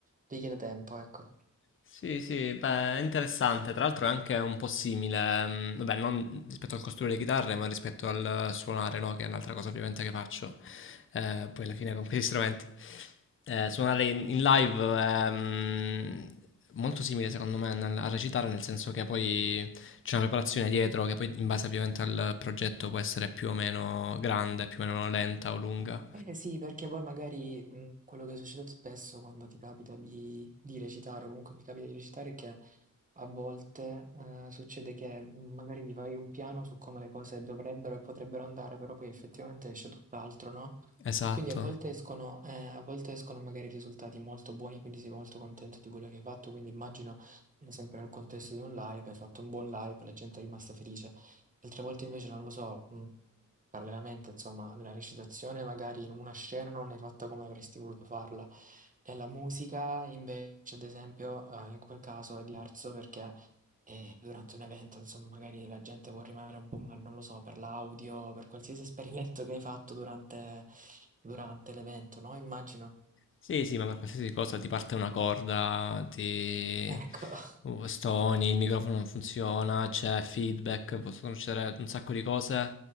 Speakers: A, on the right; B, on the left.
A: richiede tempo, ecco.
B: Sì, sì, beh, è interessante. Tra l'altro è anche un po' simile, mm, vabbè, non rispetto al costruire le chitarre, ma rispetto al suonare, no? Che è un'altra cosa ovviamente che faccio. eh, poi alla fine con questi <laughs> strumenti. Eh, suonare in, in live è mm, molto simile secondo me nel- a recitare, nel senso che poi c'è una preparazione dietro che poi in base ovviamente al progetto può essere più o meno grande, più o meno lenta o lunga.
A: Eh sì, perché poi magari mh, quello che succede spesso quando ti capita di, di recitare, o comunque mi capita di recitare, è che a volte eh, succede che mh, magari ti fai un piano su come le cose dovrebbero e potrebbero andare, però poi effettivamente esce tutt'altro, no?
B: Esatto,
A: E quindi a volte escono, eh, a volte escono magari risultati molto buoni, quindi sei molto contento di quello che hai fatto, quindi immagino, eh, sempre nel contesto di un live, hai fatto un buon live, la gente è rimasta felice. Altre volte invece non lo so, mhmm, parallelamente insomma nella recitazione magari in una scena non l'hai fatta come avresti voluto farla. Nella musica invece ad esempio, uhm, in quel caso è diverso perché, ehm, durante un evento insomma magari la gente può rimanere un po' male, non lo so, per l'audio, per qualsiasi esperimento che hai fatto durante durante l'evento, no, immagino.
B: Sì, sì, ma per qualsiasi cosa ti parte una corda, ti
A: Ecco. <laughs>
B: uh, stoni, il microfono non funziona, c'è feedback, possono succedere un sacco di cose